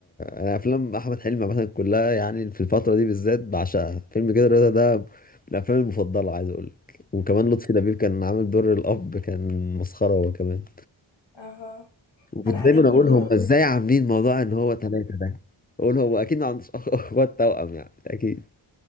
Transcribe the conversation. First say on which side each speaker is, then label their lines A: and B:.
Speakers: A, on the left (about 20°); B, on the left (about 65°).
A: انا افلام احمد حلمي مثلا كلها يعني في الفتره دي بالذات بعشقها فيلم كده رضا ده من الافلام المفضله عايز اقول لك وكمان لطفي لبيب كان عامل دور الاب كان مسخره هو كمان
B: أها
A: وكنت
B: أنا عجبني
A: دايما اقول
B: دور
A: هم ازاي عاملين موضوع ان هو ثلاثه ده اقول هو اكيد ما عندوش <laughs> أخ- اخوات توأم يعني اكيد